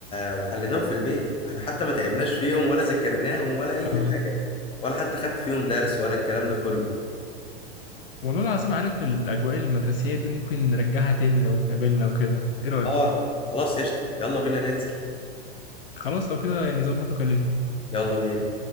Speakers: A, on the left; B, on the left.
A: وحليناهم في البيت فاحنا حتى ما تعبناش فيهم ولا ذاكرناهم ولا اي
B: اه
A: حاجه ولا حتى خدت فيهم درس ولا الكلام ده كله
B: والله العظيم عارف الاجواء المدرسيه دي ممكن نرجعها تاني لو اتقابلنا وكده ايه رايك
A: اه خلاص قشطه يلا بينا ننزل
B: خلاص لو كده يعني ظبط وكلمني
A: يلا بينا